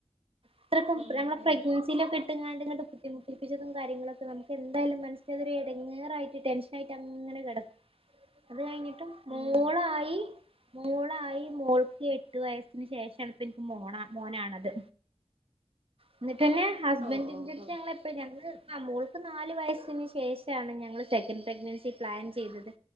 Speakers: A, on the right; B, on the right.
A: അത്രക്കും
B: ഉം
A: ഞങ്ങളെ
B: ഉം
A: പ്രേഗ്നെൻസി പ്രേഗ്നെൻസിലൊക്കെട്ട്ങ്ങാണ്ട്ട്ട് ബുദ്ധിമുട്ടിപ്പിച്ചതും കാര്യങ്ങളൊക്കെ നമുക്ക് എന്തായാലും മനസ്സിനതൊരു എടങ്ങേറായിട്ട് ടെൻഷ ടെൻഷനായിട്ടങ്ങനെ കെടക്കും അത് കഴിഞ്ഞിട്ട് കഴിഞ്ഞിട്ടും
B: ഉം
A: മോളായി മോളായി മോൾക്ക് ക്ക് എട്ടു വയസ്സിന് ശേഷാണ് ഇപ്പൻക്ക് മോണ മോനാണത് ഇന്നിട്ടന്നെ ഹസ്ബന്റിന്റെട്ത്ത്
B: ഓ ഓ ഓ
A: ഞങ്ങള് എപ്പയും ഇപ്പ ഞങ്ങ് ആഹ് മോൾക്ക് നാല് വയസിന് ശേഷാണ് ഞങ്ങള് സെക്കൻഡ് പ്രഗ്നൻസി പ്ലാൻ ചെയ്തത്